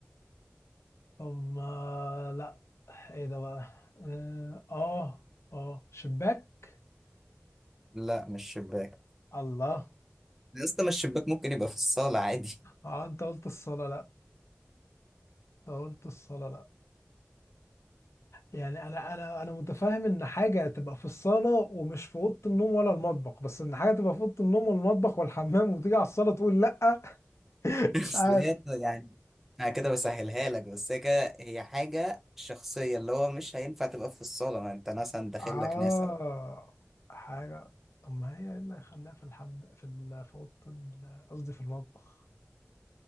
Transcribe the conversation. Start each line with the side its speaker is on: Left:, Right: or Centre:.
Left: طب ما- لا ايه ده بقى اه اه آه. شباك
Centre: لا مش شباك
Left: الله
Centre: يا اسطى ما الشباك ممكن يبقى في الصالة عادي
Left: اه انت قلت الصلاة لا انت قلت الصلاة لا يعني انا انا انا متفاهم ان حاجه تبقى في الصاله ومش في اوضه النوم ولا المطبخ بس ان حاجه تبقى في اوضه النوم والمطبخ والحمام وتيجي على الصاله تقول لا <laughs>
Centre: <laughs> أصل
Left: مش عارف
Centre: هي يعني أنا كده بسهلها لك بس هي كده هي حاجة شخصية اللي هو مش هينفع تبقى في الصالة ما أنت مثلا داخل
Left: اه
Centre: لك ناس أو
Left: حاجه طب ما هي ايه اللي هيخليها في الحم في ال... في اوضه ال- قصدي في المطبخ